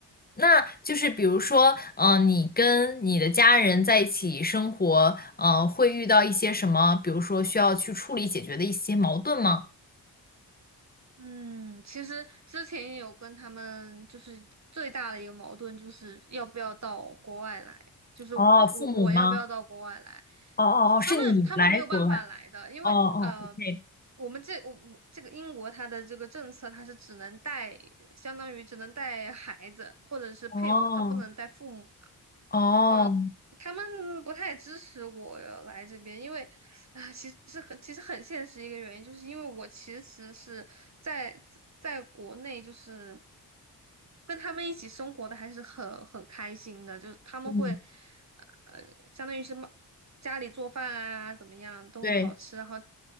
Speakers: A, on the left; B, on the right.
A: 那就是比如说，嗯、呃你跟你的家人在一起生活，呃，会遇到一些什么，比如说需要去处理解决的一些矛盾吗？
B: 嗯，其实之前也有跟他们就是最大的一个矛盾，就是要不要到国外来，就是我我我要不要到国外来，
A: 哦，父母吗？哦哦哦，
B: 他们他们没有办法来的，
A: 是你来国外？
B: 因为呃，
A: 哦哦，OK，
B: 我们这我我这个英国它的这个政策，它是只能带，相当于只能带孩子或者是配偶，
A: 哦
B: 他不能带父母。
A: 哦，
B: 嗯、呃他们不太支持我来这边，因为啊，其实很其实很现实一个原因，就是因为我其实是在在国内，就是跟他们一起生活的还是很很开心的，就是他们会
A: 嗯，
B: 呃，相当于是妈家里做饭啊，怎么样都很好吃，
A: 对，
B: 然后